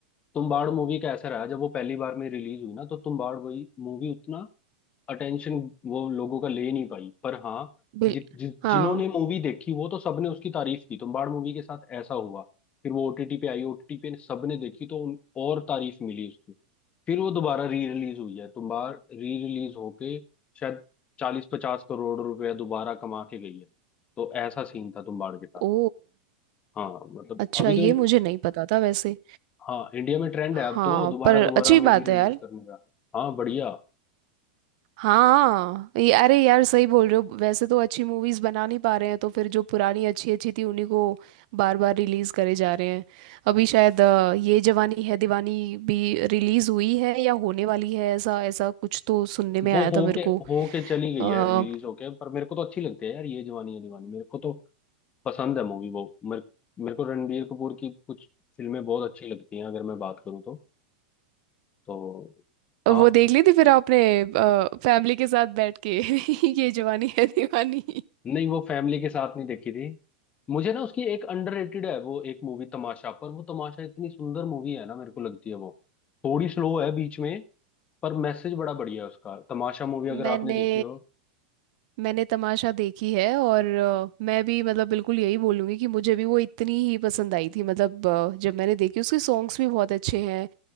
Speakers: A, on the left (about 25°); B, on the right (about 55°).
A: तुम्बाड़ मूवी का ऐसा रहा जब वो पहली बार में रिलीज हुई ना तो तुम्बाड़ वही मूवी उतना अटेंशन वो लोगों का ले नहीं पाई पर हाँ
B: बिल
A: जि, जि, जिन्होंने
B: हाँ
A: मूवी देखी वो तो सबने उसकी तारीफ की तुम्बाड़ मूवी के साथ ऐसा हुआ फिर वो ओटीटी पे आई ओटीटी पे सबने देखी तो उन, और तारीफ मिली उसकी फिर वो दोबारा री रिलीज हुई है तुम्बाड़ री रिलीज होके शायद चालीस पचास करोड़ रुपया दोबारा कमा के गई है तो ऐसा सीन था तुम्बाड़ के साथ
B: ओ
A: हाँ मतलब
B: अच्छा
A: अभी
B: ये
A: तो
B: मुझे नहीं पता था वैसे
A: हाँ इंडिया में ट्रेंड
B: हाँ
A: है अब तो दोबारा
B: पर
A: दोबारा
B: अच्छी
A: मूवी
B: बात
A: रिलीज
B: है यार
A: करने का हाँ बढ़िया
B: हाँ ये अरे यार सही बोल रहे हो वैसे तो अच्छी मूवीज बना नहीं पा रहे हैं तो फिर जो पुरानी अच्छी अच्छी थी उन्हीं को बार बार रिलीज करे जा रहे हैं अभी शायद अ, ये जवानी है दीवानी भी रिलीज हुई है या होने वाली है ऐसा ऐसा कुछ तो सुनने में
A: वो
B: आया
A: होके
B: था मेरे को
A: होके चली गई
B: अ,
A: है रिलीज होके पर मेरे को तो अच्छी लगती है यार ये जवानी है दीवानी मेरे को तो पसंद है मूवी वो मेरे मेरे को रणबीर कपूर की कुछ फिल्में बहुत अच्छी लगती हैं अगर मैं बात करूँ तो तो हाँ
B: वो देख ली थी फिर आपने फैमिली के साथ बैठ के <laughs> ये जवानी है दीवानी
A: नहीं वो फैमिली के साथ नहीं देखी थी मुझे ना उसकी एक अंडररेटेड है वो एक मूवी तमाशा पर वो तमाशा इतनी सुंदर मूवी है ना मेरे को लगती है वो थोड़ी स्लो है बीच में पर मैसेज बड़ा बढ़िया है उसका तमाशा मूवी अगर
B: मैंने
A: आपने देखी हो
B: मैंने तमाशा देखी है और अ, मैं भी मतलब बिल्कुल यही बोलूँगी कि मुझे भी वो इतनी ही पसंद आई थी मतलब अ, जब मैंने देखी उसके सॉन्ग्स भी बहुत अच्छे हैं